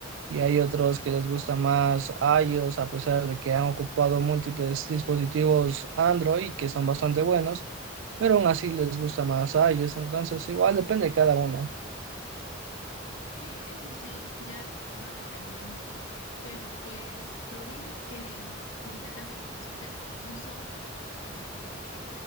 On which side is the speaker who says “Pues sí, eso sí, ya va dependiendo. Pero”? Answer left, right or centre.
Left